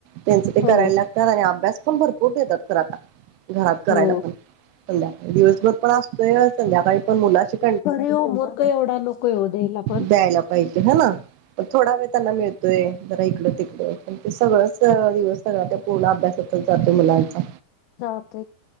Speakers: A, on the right (about 90°); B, on the left (about 85°).
A: त्यांचे ते
B: हो
A: करायला लागतात आणि अभ्यास पण भरपूर देतात ख आता घरात करायला
B: हो
A: पण संध्याकाळी दिवसभर पण असतोय संध्याकाळी पण मुला शिक
B: अरीे हो मोर्क एवढा नको ये उद्याला पण
A: द्यायला पाहिजे ह ना पन थोडा वेळ त्यांना मिळतोय जरा इकडं तिकडं पण ते सगळंच दिवस सगळ ते पूर्ण अभ्यास होच जाते मुलांचा
B: सात